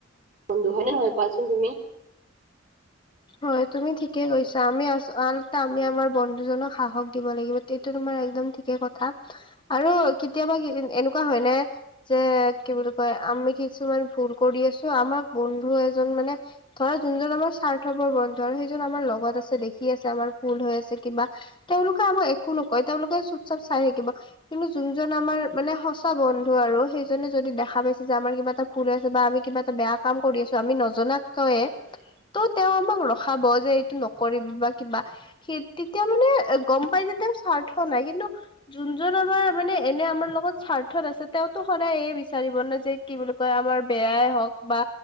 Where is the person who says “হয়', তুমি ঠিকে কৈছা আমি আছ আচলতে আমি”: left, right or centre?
Left